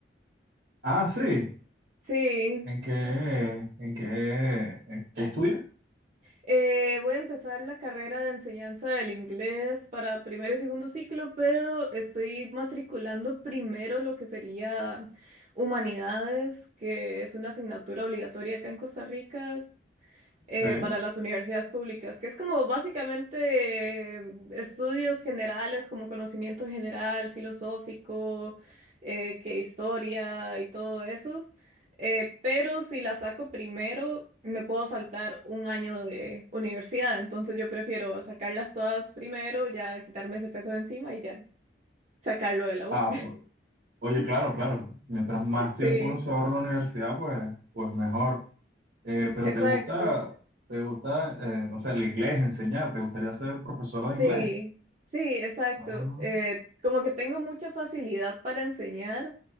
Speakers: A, on the right (about 65°); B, on the right (about 40°).
A: Ah, sí.
B: Sí,
A: ¿En qué, en qué, en qué estudias?
B: eh, voy a empezar la carrera de enseñanza del inglés para primero y segundo ciclo, pero estoy matriculando primero lo que sería humanidades, que es una asignatura obligatoria acá en Costa Rica, eh,
A: ¿Qué?
B: para las universidades públicas, que es como básicamente eh, estudios generales, como conocimiento general, filosófico, eh, que historia y todo eso. Eh, pero si la saco primero, me puedo saltar un año de universidad, entonces yo prefiero sacarlas todas primero, ya quitarme ese peso de encima y ya sacarlo de la U.
A: Ah, o- oye,
B: <laughs>
A: claro, claro. Mientras más
B: Sí,
A: tiempo uno se ahorra en la universidad, pues, pues mejor. Eh, pero
B: exacto.
A: ¿te gusta, te gusta, eh, no sé, el inglés, enseñar? ¿Te gustaría ser profesor
B: Sí,
A: de inglés?
B: sí, exacto.
A: Ah,
B: Eh, como que tengo mucha facilidad para enseñar